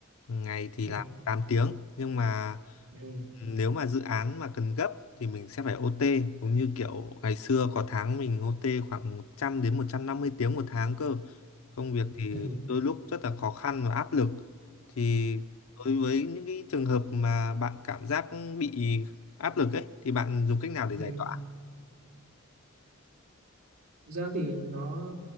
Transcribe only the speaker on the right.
ừ.
Ừ.
Ừ.
Ừ.
Thực ra thì nó